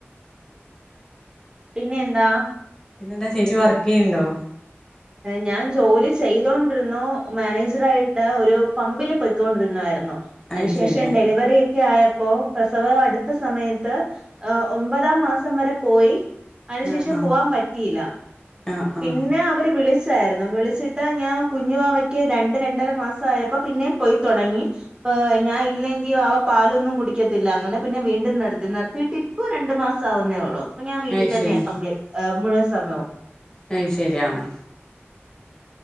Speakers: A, on the right (about 20°); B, on the left (about 15°).
A: പിന്നെ എന്താ
B: എന്താ ചേച്ചി വർക്ക് ചെയ്യിണ്ടോ
A: ഞാൻ ജോലി ചെയ്തോണ്ടിരുന്നു മാനേജർ ആയിട്ട് ഒരു പമ്പില് പൊയ്ക്കൊണ്ടിരുന്നായിരുന്നു. അതിനുശേഷം
B: അത് ശരി ആഹ്
A: ഡെലിവറി ഒക്കെ ആയപ്പോ പ്രസവം അടുത്ത സമയത്ത് ഏഹ് ഒമ്പതാം മാസം വരെ പോയി അതിനുശേഷം
B: ആഹ് ആഹ്
A: പോവാൻ പറ്റിയില്ല
B: ആഹ് ആഹ്
A: പിന്നെ അവര് വിളിച്ചായിരുന്നു വിളിച്ചിട്ട് ഞാൻ കുഞ്ഞുവാവയ്ക്ക് രണ്ട് രണ്ടര മാസം ആയപ്പോ പിന്നെയും പോയിത്തൊടങ്ങി. ഇപ്പൊ ഞാൻ ഇല്ലെങ്കിൽ വാവ പാലൊന്നും കുടിക്കത്തില്ല അങ്ങനെ പിന്നെ വീണ്ടും നിർത്തി നിർത്തിയിട്ട് ഇപ്പ ഇപ്പൊ രണ്ടു മാസം ആവുന്നേ ഉള്ളൂ ഇപ്പൊ ഞാൻ വീട്ടിൽ
B: അത്
A: തന്നെയാണ്
B: ശരി
A: കംപ്ലീ മുഴുവൻ സമയോം
B: അയ്ശെരി ആഹ്